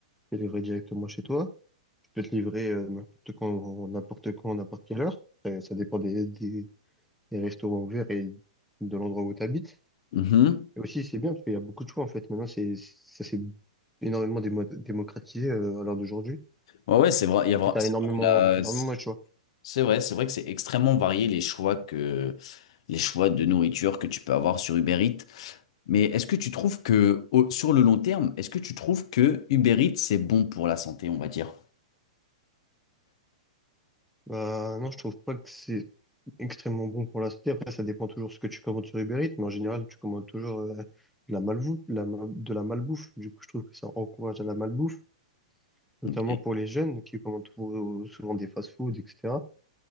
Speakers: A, in the centre; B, on the left.
A: c'est livré directement chez toi. Tu peux te livrer euh, n'importe quand, n'importe quand, n'importe quelle heure. Ça, ça dépend des, des, des restaurants ouverts et de l'endroit où tu habites.
B: Mhm.
A: Et aussi, c'est bien parce qu'il y a beaucoup de choix en fait. Maintenant, c'est ça s'est énormément démo- démocratisé euh, à l'heure d'aujourd'hui.
B: Ouais, ouais, c'est vrai. Il
A: Du
B: y a vra-
A: coup, tu
B: c'est
A: as énormément,
B: vrai qu'on a-
A: t'as énormément de choix.
B: C'est vrai, c'est vrai que c'est extrêmement varié les choix que les choix de nourriture que tu peux avoir sur Uber Eats. Mais est-ce que tu trouves que au- sur le long terme, est-ce que tu trouves que Uber Eats c'est bon pour la santé, on va dire?
A: Bah, non, je trouve pas que c'est extrêmement bon pour la santé. Après, ça dépend toujours ce que tu commandes sur Uber Eats, mais en général, tu commandes toujours euh, de la malbouffe, de la, ma- de la malbouffe. Du coup, je trouve que ça encourage à la malbouffe, notamment
B: Ok.
A: pour les jeunes qui commandent tou- souvent des fast-food, etc.